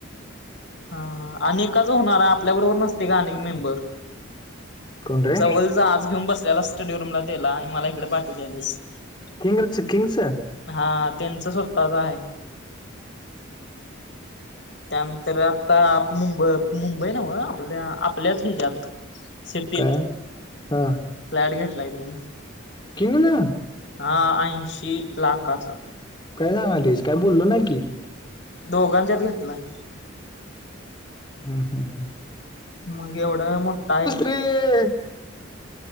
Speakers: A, on the left; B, on the left.
A: हा अनेकाच होणाराय आपल्या बरोबर नसतय का आणि एक मेंबर
B: कोण रे
A: जवळ जा आज घेऊन बसलेला स्टडी रूमला तेला आणि मला इकड पाठिवलेलस.
B: किंग च किंगच
A: हा त्यांचं स्वतःच हाय त्या तर आता मुंब मुंबई न्हव आपल्या आपल्याच ह्याच्यात सिटीत
B: काय हा
A: फ्लॅट घेतलाय त्यांनी
B: किंग ना
A: हा ऐंशी लाखाचा
B: काय सांगालयस काय बोलल नाही की
A: दोघांच्यात घेतलाय.
B: हम्म हम्म हम्म
A: मग एवढा मोठाय
B: <inaudible>